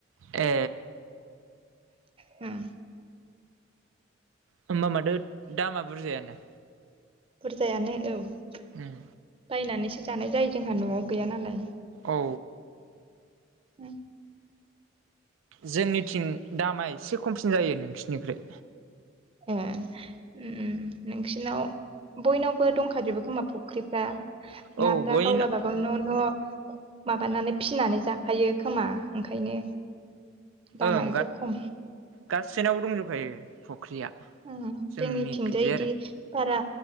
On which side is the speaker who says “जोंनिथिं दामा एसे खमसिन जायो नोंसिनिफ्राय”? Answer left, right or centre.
Right